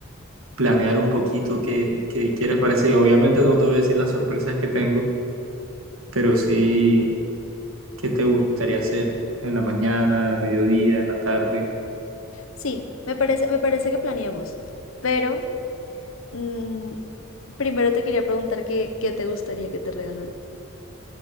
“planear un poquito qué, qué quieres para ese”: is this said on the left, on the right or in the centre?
Right